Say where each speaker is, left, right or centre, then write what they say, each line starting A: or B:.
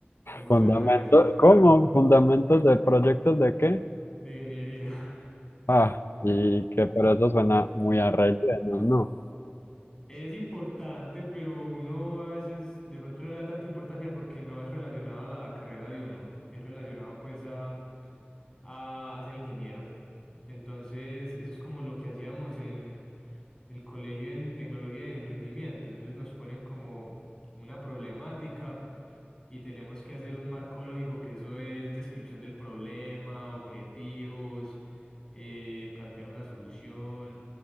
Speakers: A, on the left; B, on the left.
A: cómo
B: fundamentos.
A: suena eso
B: ¿Cómo? ¿Fundamentos de proyectos de qué?
A: de ingeniería.
B: Ah, y que por eso suena muy a relleno, ¿no?
A: Es importante, pero uno a veces de pronto no le da tanta importancia porque no es relacionado a la carrera de uno. Es relacionado pues a, a, a ser ingeniero. Entonces eso es como lo que hacíamos en, en el colegio en tecnología del emprendimiento. Entonces nos ponen como una problemática. Y tenemos que hacer un marco lógico, que eso es descripción del problema, objetivos, eh, plantear una solución.